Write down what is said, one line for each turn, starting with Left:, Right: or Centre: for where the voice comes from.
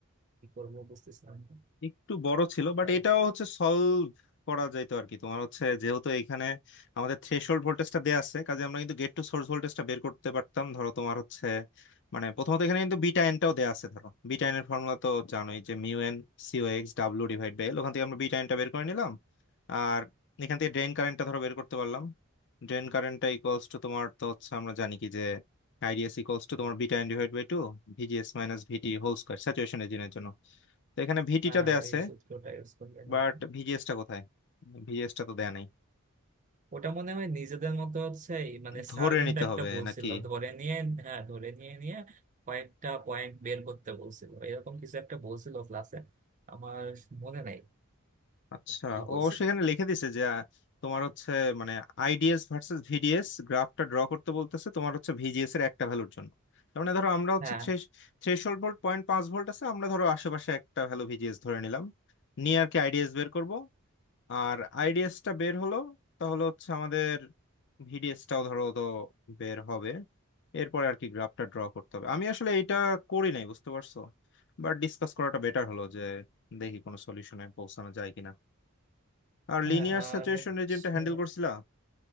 Right: কি করবো বুঝতেছিলাম না।
Left: একটু বড় ছিল বাট
Right: আর
Left: এটাও
Right: হচ্ছে-
Left: হচ্ছে সলভ করা যাইতো আর কি তোমার হচ্ছে যেহেতু এখানে আমাদের থ্রেশহোল্ড ভোল্টেজটা দেয়া আছে কাজে আমরা কিন্তু গেট টু সোর্স ভোল্টেজটা বের করতে পারতাম ধরো তোমার হচ্ছে মানে প্রথমত এখানে কিন্তু বিটা এনটাও দেয়া আছে ধরো বিটা এন এর ফর্মুলা তো জানোই যে mu N C O X W divide by L ওখান থেকে আমরা বিটা এনটা বের করে নিলাম আর এখান থেকে ড্রেন কারেন্টটা ধরো বের করতে পারলাম ড্রেন কারেন্টটা ইকুয়ালস টু তোমার তো হচ্ছে আমরা জানি কি যে আইডিএস ইকুয়ালস টু তোমার beta N divide by two VGS minus VT whole square saturation রিজিয়নের জন্য তো এখানে ভিটিটা
Right: হ্যাঁ
Left: দেয়া
Right: ওই
Left: আছে
Right: সূত্রটা ইউজ করলে হবে
Left: বাট ভিজিএসটা কোথায় ভিজিএসটা তো দেয়া নেই
Right: ওটা মনে হয় নিজেদের মতো হচ্ছে এই মানে
Left: ধরে
Right: স্যার কিন্তু
Left: নিতে
Right: একটা
Left: হবে
Right: বলছিল
Left: নাকি
Right: ধরে নিয়ে হ্যাঁ ধরে নিয়ে নিয়ে কয়েকটা পয়েন্ট বের করতে বলছিল এরকম কিছু একটা বলছিল ক্লাসে আমার মনে নাই
Left: আচ্ছা
Right: কি
Left: ও
Right: বলছিল
Left: সেখানে লিখে দিছে যে আহ, তোমার হচ্ছে মানে আইডিএস ভার্সেস ভিডিএস গ্রাফটা ড্র করতে বলতেছে তোমার হচ্ছে ভিজিএস এর একটা ভ্যালুর জন্য তার মানে ধরো আমরা হচ্ছে
Right: হ্যাঁ
Left: থ্রেশহোল্ড ভোল্ট পয়েন্ট পাঁচ ভোল্ট আছে আমরা ধরো আশেপাশে একটা ভ্যালু ভিজিএস ধরে নিলাম নিয়ে আর কি আইডিএস বের করব আর আইডিএসটা বের হলো তাহলে হচ্ছে আমাদের ভিডিএসটাও ধরো তো বের হবে এরপরে আর কি গ্রাফটা ড্র করতে হবে আমি আসলে এটা করি নাই বুঝতে পারছো বাট ডিসকাস করাটা বেটার হলো যে দেখি কোনো সলিউশনে পৌঁছানো যায় কিনা আর
Right: হ্যাঁ
Left: লিনিয়ার
Right: আর
Left: স্যাচুরেশন
Right: হচ্ছে
Left: রিজিয়নটা হ্যান্ডেল করছিলা